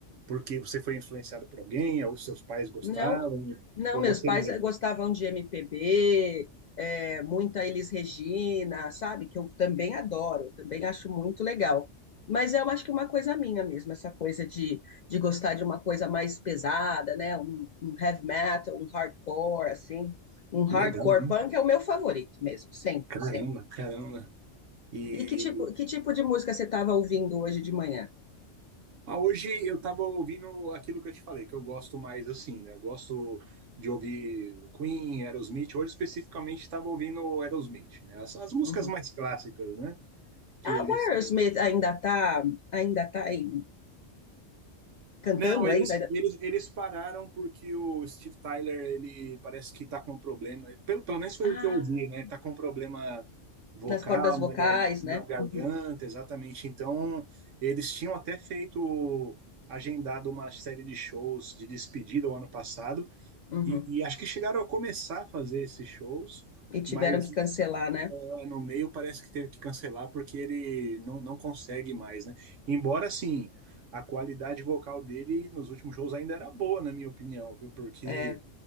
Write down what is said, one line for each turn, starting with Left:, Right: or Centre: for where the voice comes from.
Right: porque você foi influenciado por alguém, ou seus pais gostavam,
Left: Não, não,
Right: ou
Left: meus
Right: você
Left: pais
Right: mesmo?
Left: eh, gostavam de MPB, eh, muita Elis Regina, sabe? Que eu também adoro, também acho muito legal. Mas eu acho que é uma coisa minha mesmo, essa coisa de, de gostar de uma coisa mais pesada, né? Um, um heavy metal, um hardcore, assim. Um hardcore
Right: Legal, né?
Left: punk é o meu favorito mesmo, sempre,
Right: Caramba,
Left: sempre.
Right: caramba. E
Left: E que tipo, que tipo de música você estava ouvindo hoje de manhã?
Right: Ah, hoje eu tava ouvindo aquilo que eu te falei, que eu gosto mais assim, né? Eu gosto de ouvir Queen, Aerosmith. Hoje especificamente tava ouvindo Aerosmith, né? As, as músicas
Left: Uhum.
Right: mais clássicas, né? Que
Left: Ah,
Right: eles
Left: o Aerosmith
Right: têm.
Left: ainda tá, ainda tá em- cantando
Right: Não, eles,
Left: ainda?
Right: eles, eles pararam porque o Steve Tyler, ele parece que tá com um problema. Pelo, pelo menos foi
Left: Ainda-
Right: o que eu ouvi, né? Ele tá com um problema vocal
Left: nas cordas vocais,
Right: na, gar- na
Left: né?
Right: garganta,
Left: Uhum,
Right: exatamente. Então, eles tinham até feito. Agendado uma série de shows de despedida o ano passado,
Left: uhum.
Right: E, e acho que chegaram a começar a fazer esses shows,
Left: E tiveram
Right: mas
Left: que cancelar, né?
Right: ah, no meio parece que teve que cancelar porque ele não, não consegue mais, né? Embora, assim, a qualidade vocal dele nos últimos shows ainda era boa, na minha opinião, viu? Porque
Left: É,